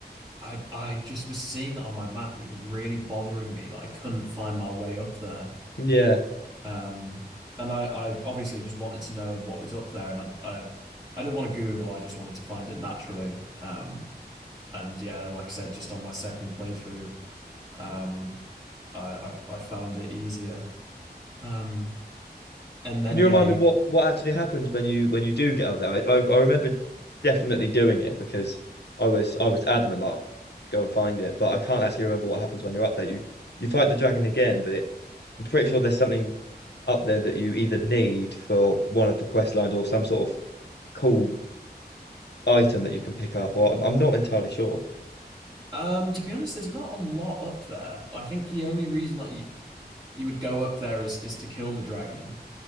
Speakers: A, on the right; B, on the left.
A: I I just was seeing it on my map, and it was really bothering me that I couldn't find my way up there.
B: Yeah.
A: Um, and I, I obviously just wanted to know what was up there, and I, I, I didn't want to Google. I just wanted to find it naturally. Um, and yeah, like I said, just on my second playthrough, um, I, I, I found it easier. Um, and then
B: Can you
A: yeah,
B: remind
A: you,
B: me what what actually happens when you when you do get up there? I I, I remember definitely doing it because I was I was adamant that I'd go and find it, but I can't actually remember what happens when you're up there. You you fight the dragon again, but it, I'm pretty sure there's something up there that you either need for one of the quest lines or some sort of cool item that you can pick up, or I'm, I'm not entirely sure.
A: um, to be honest, there's not a lot up there. I think the only reason that you you would go up there is is to kill the dragon.